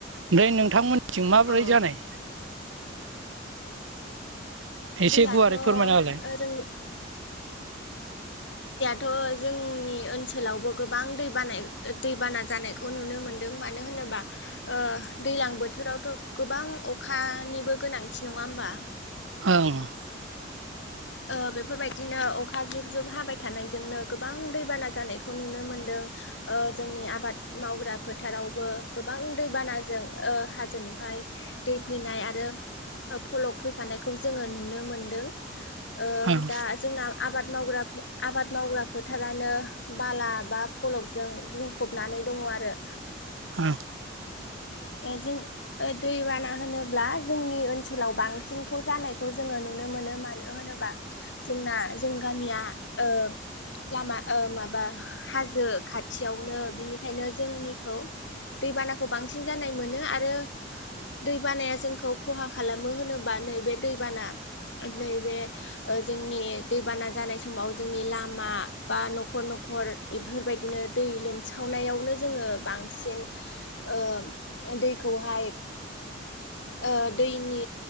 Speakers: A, on the right; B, on the left.
A: ओमफ्राय नोंथांमोननिथिं माबोरै
B: अ
A: जानाय। एसे
B: दैयाथ'
A: गुवारै फोरमायनाहोलाय।
B: जोंनि त जोंनि ओनसोलावबो गोबां दैबाना ओ दैबाना जानायखौ नुनो मोनदों मानो होनो बा ओ दैज्लां बोथोरावथ' गोबां अखानिबो गोनांथि नङा होमबा?
A: औ
B: ओ बेफोरबायदिनो अखा जुब जुब हाबाय थानायजोंनो गोबां दैबाना जानायखौ नु नो मोनदों जनि आबाद मावग्रा फोथारावबो गोबां दैबानाजों ओ हाजोनिफ्राय दै फैनाय आरो। फलक फैफानायखौ जोङो नुनो मोनदों
A: ओं
B: दा जोंना आबाद आ माव आबाद मावग्रा फोथारानो बाला बा फलकजों बुंफबनानै दङ। आरो
A: औ।
B: जों ओ दैबाना होनोब्ला जोंनि ओनसोलाव बांसिनखौ जानायखौ जोङो नुनो मोनो मानो होनोबा जोंना जों गामिया ओ लामा माबा हाजो खाथियावनो बिनिखायनो जोंनिखौ दैबानाखौ बां नाय मोनो आरो दैबानाया जोंखौ खहा खालामो होनोबा नैबे दैबाना नै बे ओ जोंनि दैबाना जानाय समाव जोंनि लामा बा न'खर न'खर इफोरबायदिनो दै लोमसावनाय नायावनो जोङो बांसिन ओ दैखौहाय ओ दैनि